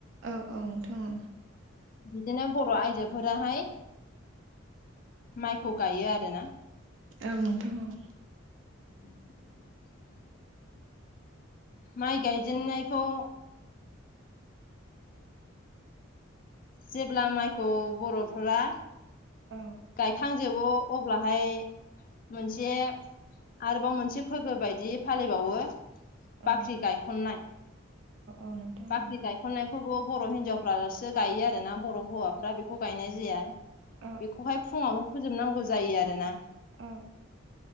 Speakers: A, on the right; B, on the left.
A: औ औ नोंथां औ
B: बिदिनो बर' आइजोफोराहाय माइखौ गायो आरोना।
A: औ नोंथां औ
B: <inaudible> माइ गायजेननायखौ जेब्ला माइखौ बर'फोरा
A: औ
B: गायखांजोबो अब्लाहाय मोनसे आरोबाव मोनसे फोरबो बायदि फालिबावो। बाख्रि
A: औ
B: गायखननाय
A: औ नोंथां
B: बाख्रि
A: औ
B: गायखन्नाय खौबो बर' हिनजावफ्रासो गायो आरोना, बर' हौवाफ्रा बेखौ गायनाय जाया।
A: औ
B: बेखौहाय फुङावनो फोजोबनांगौ जायो आरोना।
A: औ